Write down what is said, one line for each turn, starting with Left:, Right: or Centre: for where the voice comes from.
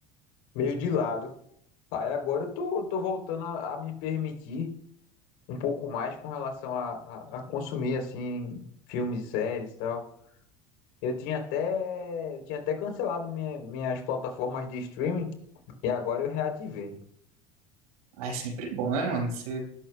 Left: meio de lado. Aí agora eu tô, tô voltando a, a me permitir um pouco mais com relação a, a, a consumir assim filmes e séries e tal. Eu tinha até eu tinha até cancelado minha- minhas plataformas de streaming e agora eu reativei.
Right: Ah, é sempre bom, né, mano? Você